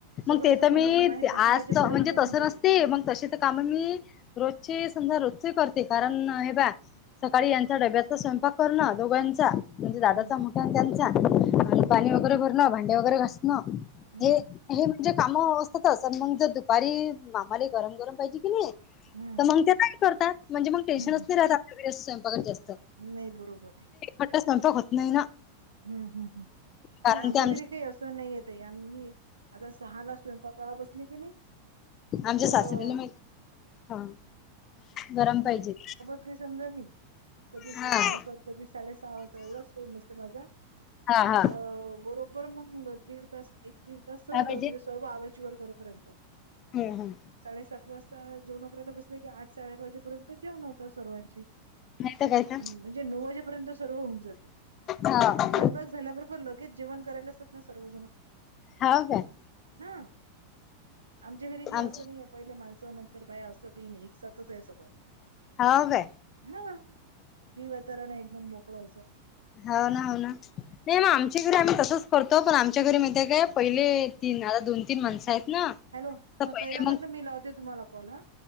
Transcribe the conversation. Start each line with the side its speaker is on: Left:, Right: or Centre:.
Left: मग
Right: सगळं
Left: ते
Right: सगळं
Left: तर मी
Right: म्हणजे माही दहा
Left: आज
Right: वाजेपर्यंत
Left: म्हणजे
Right: होऊन
Left: तसं
Right: जाते
Left: नसते मग तसे काम मी रोजची समजा रोजचे करते कारण हे बा सकाळी यांचा डब्याचा स्वयंपाक करणं दोघांचा म्हणजे दादाचा
Right: हम्म
Left: मोठा आणि त्यांचा आणि
Right: हम्म
Left: पाणी वगैरे भरणं भांडे वगैरे घासणं
Right: हम्म
Left: हे. हे म्हणजे काम अवस्थातच मग जर दुपारी मामाारी गरम गरम पाहिजे की नाही.
Right: हम्म.
Left: तर मग ते काही करतात म्हणजे मग टेन्नच
Right: हम्म
Left: नाही राहत आपल्या अस स्वयंपाक जास्त
Right: नाही बरोबर आहे.
Left: खट स्वयंपाक होत नाही ना.
Right: हम् हम हम्
Left: कारण
Right: नाही आमच्या
Left: ते
Right: घरी काही असं नाहीय. ते आ मी आता सहा ला स्वयंपाकाला बसली की नाही.
Left: आमच्या
Right: तर
Left: सासऱ्याला माहि हा गरम पाहिजे.
Right: कधी समजा मी कधी सहा
Left: हा
Right: वाजता कधी साडे सहा वाजता एवढाच टाईम असते माझा
Left: हा हा.
Right: अ बरोबर मग दीड तास एक दीड तस
Left: काय
Right: म्हणजे
Left: पाहिजे
Right: सर्व आवडचीवर करेपर्यंत
Left: हम्म हम्म
Right: साडे सात वाजता जेव नकऱ्याला बसलं की आठ साडेआठ वाजेपर्यंत जेव नकतो. सर्वांची
Left: नाही तर काय तर
Right: म्हणजे नऊ वाजेपर्यंत सर्व होऊन जाते.
Left: हो
Right: स्वयंपाक झाल्याबरोबर लगेच जेवण करायलाचात ना सर्वजण
Left: हा का?
Right: हा आमच्या घरी काही
Left: आमच
Right: असं नाही आहे पहिल्या माणसानंतर बाया असं. का एक सप्तस प
Left: हा का?
Right: हा फ्रीवातारण एक दन मोकळो असो.
Left: होा ना हो ना नाही मग आमच्या घरी आम्ही तसंच करतो पण आमच्या घरी माहि काय? पहिले तीन आता दोन तीन माणसं आहेत ना.
Right: हॅलो
Left: तर
Right: हा
Left: पहिले
Right: तैला म्हटलं
Left: मग
Right: मी लावते तुम्हाला कॉल हा.